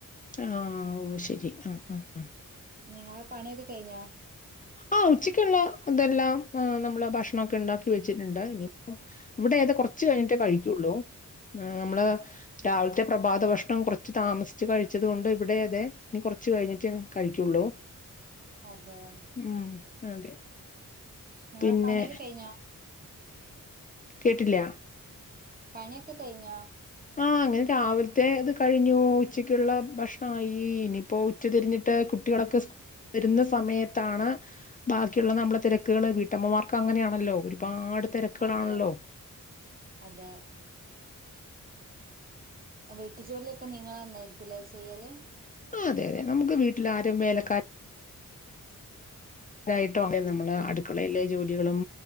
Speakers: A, on the left; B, on the right.
A: ആഹ് ഓഹ് ശരി ആഹ് ആഹ് ആഹ്
B: നിങ്ങളെ പണിയൊക്കെ കഴിഞ്ഞോ
A: ആ ഉച്ചക്കുള്ള ഇതെല്ലാം നമ്മള് ഭക്ഷണൊക്കെ ഉണ്ടാക്കി വെച്ചിട്ടുണ്ട് ഇനി ഇവിടെ ഇതേ കുറച്ച് കഴിഞ്ഞിട്ടേ കഴിക്കുള്ളൂ നമ്മള്
B: ആ
A: രാവിലത്ത പ്രഭാത ഭക്ഷണം കുറച്ച് താമസിച്ച് കഴിച്ചത് കൊണ്ട് ഇവിടെ അതേ ഇനി കുറച്ച് കഴിഞ്ഞിട്ടെ കഴിക്കൊള്ളൂ
B: അതെയോ
A: ഉം അതെ
B: നിങ്ങളെ
A: പിന്നെ
B: പണിയൊക്കെ കഴിഞ്ഞോ?
A: കേട്ടില്ല
B: പണിയൊക്കെ കഴിഞ്ഞോ?
A: ആഹ് അങ്ങനെ രാവിലത്തെ ഇത് കഴിഞ്ഞു ഉച്ചക്കുള്ള ഭക്ഷണമായി ഇനി ഇപ്പോ ഉച്ചതിരിഞ്ഞിട്ട് കുട്ടികളൊക്കെസ്‌കൂ വരുന്ന സമയത്താണ് ബാക്കിയുള്ള നമ്മളുടെ തിരക്കുകള് വീട്ടമ്മമാർക്ക് അങ്ങനെയാണല്ലോ ഒരുപാട് തിരക്കുകളാണല്ലോ
B: അതെ അതെ വീട്ടു ജോലിയൊക്കെ നിങ്ങൾ തന്നായിയിരിക്കൂല്ലേ ചെയ്യല്
A: ആഹ് അത അതെ നമുക്ക് വീട്ടിൽ ആരും വേലക്കാല യിട്ടും നമ്മള് അടുക്കളയിലെ ജോലികളും